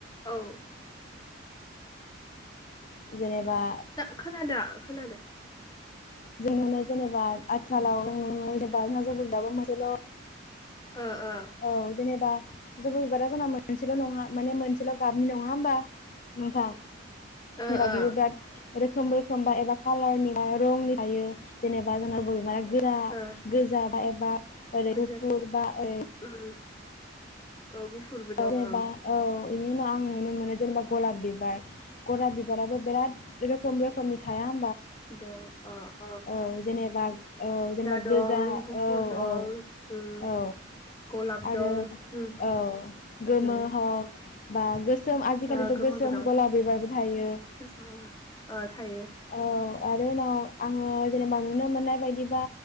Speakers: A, on the left; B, on the left.
A: ओ औ।
B: <inaudible> जेनेबा
A: खोनादों खोनादों।
B: जों <inaudible> जेनेबा आथिखालाव जेनेबा
A: ओ ओ
B: <unintelligible> जेनेबा जबा बिबारा जोंना मोनसेल' नङा माने मोनसेल' गाबनि नङा होमबा नोंथां
A: ओ
B: <unintelligible>
A: ओ
B: रोखोम रोखोम बा एबा कालारनि बा रंनि थायो जेनेबा जोंना बबेबा गोरा
A: ओ
B: गोजा बा एबा बा ओरै
A: गोजोनथों
B: गुफुर बा औ
A: उम गुफुरबो दं
B: जबा
A: ओं
B: औ बेनि उनाव आं नुनो मोनो जेनेबा गलाब बिबार गलाब बिबार बिबाराबो बिराद रोखोम रोखोम रोखोमनि थाया होम
A: दा ओ
B: औ जेनेबा औ जेनेबा
A: दं
B: गोजा औ
A: गुफुर दं
B: औ
A: उम
B: औ
A: गलाब
B: आरो
A: दं उम
B: औ गोमो
A: उम
B: हक बा गोसोम गोसोम आजिखालिथ'
A: ओ गोमोबो
B: गोसोम
A: दं
B: गलाब बिबारबो थायो
A: गोसोमबो ओ थायो
B: औ आरो उनाव आङो जेनेबा नुनो मोननाय बायदिबा